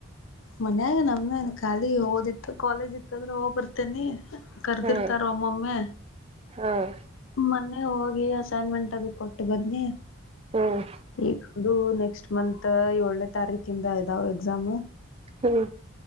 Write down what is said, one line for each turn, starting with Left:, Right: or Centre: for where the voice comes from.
Left: ಮನ್ಯಾಗ ನಮ ಖಾಲಿ ಓದಿತ್ತು ಕಾಲೇಜ್ ಇತ್ತದ್ರೆ ಹೋಗ್ ಬರ್ತೇನಿ ಕರ್ದಿರ್ತಾರ
Right: ಹ್ಮ್
Left: ಒಮ್ಮೊಮ್ಮೆ
Right: ಹ್ಮ್
Left: ಮೊನ್ನೆ ಹೋಗಿ ಅಸೈನ್ಮೆಂಟ್ ಅದು ಕೊಟ್ಟು ಬದ್ನಿ
Right: ಹ್ಮ್
Left: ಈ ಅದು ನೆಕ್ಸ್ಟ್ ಮಂತ್ ಏಳನೇ ತಾರೀಕ್ ಕಿಂದ ದಾವ ಎಗ್ಸಾಮ್
Right: ಹ್ಮ್